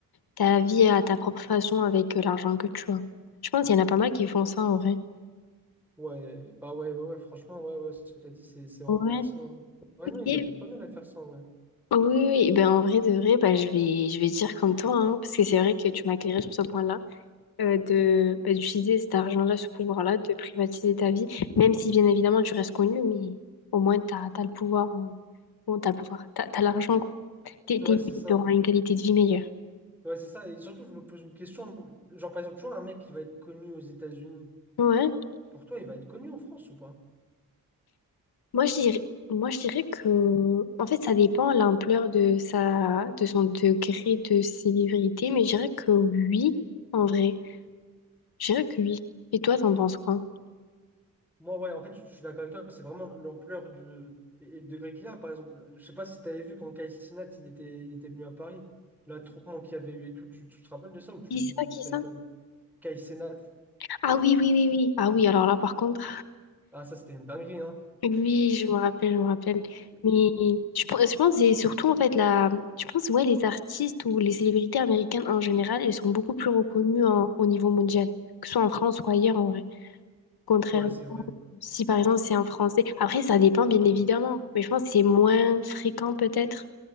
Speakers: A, on the left; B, in the centre.
A: ta vie à ta propre façon avec euh, l'argent que tu as. Je pense qu'il y en a pas mal qui font ça en vrai.
B: Ouais, bah ouais, ouais, ouais, franchement, ouais, ouais, ce que t'as dit, c'est c'est vraiment
A: Ouais.
B: pertinent. Ouais,
A: Ok.
B: non, ils
A: Oui,
B: doivent être pas mal à faire ça, ouais.
A: oui, oui. ben en vrai de vrai, ben, je vais, je vais dire comme toi, hein, parce que c'est vrai que tu m'as éclairé sur ce point-là. euh, de bah, d'utiliser cet argent-là, ce pouvoir-là, de privatiser ta vie, même si bien évidemment tu restes connu, mais au moins t'as, t'as le pouvoir, euh, bon, t'as le pouvoir, t'as, t'as l'argent, quoi. T'es,
B: Ouais,
A: t'es,
B: c'est ça.
A: mieux, t'auras une qualité de vie meilleure.
B: Ouais, c'est ça. Et surtout, je me pose une question. Genre, par exemple, tu vois, un mec qui va être connu aux États-Unis,
A: Ouais.
B: pour toi, il va être connu en France ou pas?
A: Moi, je dirais, moi, je dirais que, en fait, ça dépend l'ampleur de sa, de son degré de célébrité, mais je dirais que oui, en vrai. Je dirais que oui. Et toi, t'en penses quoi?
B: Moi, ouais, en fait, je je suis d'accord avec toi. C'est vraiment l'ampleur du... et, et le degré qu'il a. Par exemple, je sais pas si tu avais vu quand Kai Cenat, il était, il était venu à Paris. L'attroupement qu'il y avait eu et tout. Tu, tu te rappelles de ça ou tu
A: Qui ça, qui
B: t'avais
A: ça?
B: pas vu? Kai Cenat.
A: Ah oui, oui, oui, oui. Ah oui, alors là, par contre.
B: Ah, ça, c'était une dinguerie, hein.
A: Oui, je me rappelle, je me rappelle. Mais
B: Et-
A: je, pense- je pense que c'est surtout en fait la, je pense ouais les artistes ou les célébrités américaines en général, elles sont beaucoup plus reconnues en- au niveau mondial, que ce soit en France ou ailleurs en vrai. Contrairement,
B: Ouais, c'est vrai.
A: si par exemple c'est un Français, après ça dépend bien évidemment, mais je pense que c'est moins fréquent peut-être.